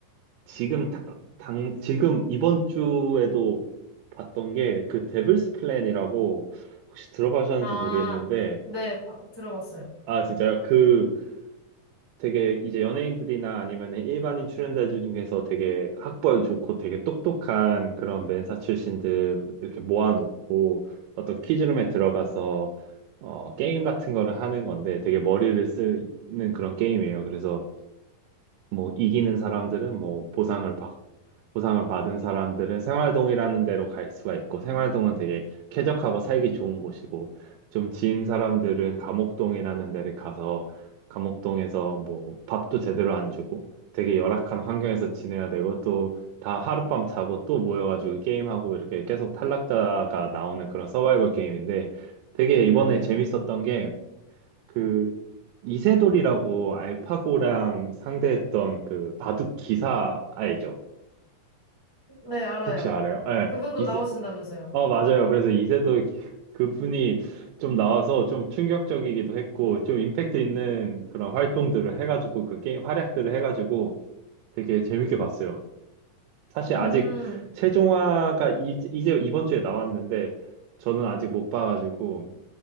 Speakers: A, on the right; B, on the right.
A: 지금 다- 당, 지금 이번 주에도 봤던 게 그 데블스 플랜이라고 혹시 들어보셨는지
B: 아,
A: 모르겠는데
B: 네, 바- 들어봤어요.
A: 아 진짜요? 그 되게 이제 연예인들이나 아니면 일반인 출연자 중에서 되게 학벌 좋고 되게 똑똑한 그런 맨사 출신들 이렇게 모아놓고 어떤 퀴즈룸에 들어가서 어, 게임 같은 거를 하는 건데 되게 머리를 쓰는 그런 게임이에요. 그래서 뭐 이기는 사람들은 뭐 보상을 받고 보상을 받은 사람들은 생활동이라는 데로 갈 수가 있고 생활동은 되게 쾌적하고 살기 좋은 곳이고 좀 지인 사람들은 감옥동이라는 데를 가서 감옥동에서 뭐 밥도 제대로 안 주고 되게 열악한 환경에서 지내야 되고 또 다 하룻밤 자고 또 모여가지고 게임하고 이렇게 계속 탈락자가 나오는 그런 서바이벌 게임인데 되게 이번에
B: 음,
A: 재밌었던 게 그 이세돌이라고 알파고랑 상대했던 그 바둑 기사 알죠?
B: 네, 알아요.
A: 혹시 알아요? 예,
B: 그분도
A: 이세,
B: 나오신다면서요.
A: 어, 맞아요. 그래서 이세돌 기- 그분이 좀 나와서 좀 충격적이기도 했고, 좀 임팩트 있는 그런 활동들을 해가지고, 그 게임 활약들을 해가지고 되게 재밌게 봤어요. 사실
B: 음,
A: 아직 최종화가 이, 이제 이번 주에 나왔는데, 저는 아직 못 봐가지고,